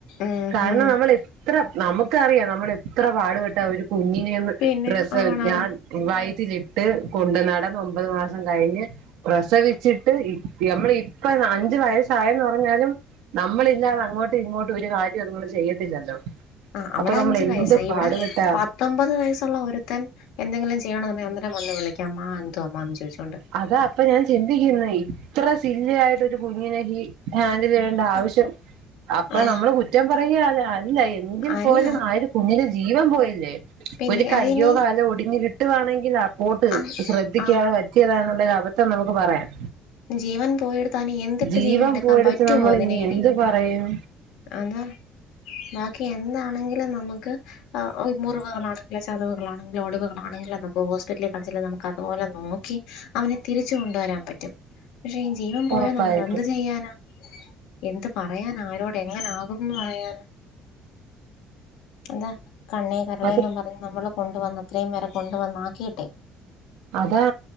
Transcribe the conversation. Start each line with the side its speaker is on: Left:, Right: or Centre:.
Left: ഉം
Right: കാരണം
Left: ഉം
Right: നമ്മൾ എത്ര നമുക്കറിയാം നമ്മള എത്ര പാടുപെട്ട ഒരു കുഞ്ഞിനെയന്ന്
Left: പിന്നെ
Right: ച്ച്
Left: ആണാണ്
Right: ഞാൻ വൈറ്റിലിട്ട് കൊണ്ട് നടന്ന് ഒമ്പത് മാസം കയിഞ്ഞ് പ്രസവിച്ചിട്ട് ഇ ഞമ്മളിപ്പ അഞ്ചു വയസ്സായെന്ന് പറഞ്ഞാലും നമ്മളില്ലാതെ അങ്ങോട്ടും ഇങ്ങോട്ടും ഒരു കാര്യം അത്ങ്ങള് ചെയ്യത്തില്ലല്ലോ
Left: ആഹ് അവിടെ
Right: അപ്പൊ നമ്മൾ
Left: അഞ്ചു
Right: എന്ത്
Left: വയസ്സ് ഇവിടെ
Right: പാടുപെട്ടാ
Left: പത്തൊമ്പ ത് വയസുള്ള ഒരുത്തൻ എന്തെങ്കിലും ചെയ്യണുണ്ടെങ്കിൽ അന്നേരം വന്നു വിളിക്കണം അമ്മാ എന്തോ അമ്മാന്ന് ചോദിച്ചോണ്ട്
Right: അതാ അപ്പൊ ഞാൻ ചിന്തിക്കുന്നെ ഇത്ര സില്ലിയായിട്ടൊരു കുഞ്ഞിനെ ഹി ഹാൻഡില് ചെയ്യേണ്ട ആവശ്യം
Left: ആഹ്
Right: അപ്പൊ
Left: ആഹ്
Right: നമ്മള് കുറ്റം പറയ്യാ ല്ലേ ഇല്ല എങ്കിൽ
Left: അല്ല
Right: പോലും ആയൊര് കുഞ്ഞിന് ജീവൻ പോയില്ലേ
Left: പിന്നെ
Right: ഒരു കയ്യോ
Left: അതിനി
Right: കാലോ ഒടിഞ്ഞ് കി ട്ടുവാണെങ്കിലാ പോട്ട്
Left: ആഹ്
Right: ശ്രദ്ധിക്കാതെ
Left: ആഹ്
Right: പറ്റിയതാ എന്നുള്ളൊരു അബദ്ധം നമുക്ക് പറയാം
Left: ജീവൻ പോയെടുത്താ നീ എന്തിട്ട്
Right: ജീവൻ
Left: ജീവനെടുക്കാൻ
Right: പോയെടുത്ത്
Left: പറ്റുവോ
Right: നമ്മൾ
Left: അതിനേനെ
Right: ഇനി എന്ത് പറയും
Left: അതാ ബാക്കി എന്താണെങ്കിലും നമുക്ക് ആഹ് ഓഹ് മുറിവുകളാണെങ്കിലോ ചതവുകളാണെങ്കിലോ ഒടിവുകളാണെങ്കിലോ നമ്മക്ക് ഹോസ്പിറ്റലി കാണിച്ചാ നമുക്ക് അതുപോലെ നോ ക്കി അവനെ തിരിച്ചു കൊണ്ടുവരാൻ പറ്റും പക്ഷെ ഈ ജീവൻ പോയാ
Right: ഉറപ്പായിട്ട്
Left: നമ്മൾ എന്ത് ചെയ്യാനാ എന്ത് പറയാനാ ആരോട് എങ്ങനാകുംന്ന് പറയാനാ അതാ കണ്ണേ കരളേന്നും
Right: അത്
Left: പറഞ്ഞ് നമ്മള് കൊണ്ടുവന്ന് ഇത്രയും വരെ കൊണ്ടു വന്നാക്കിയിട്ടേ
Right: അതാ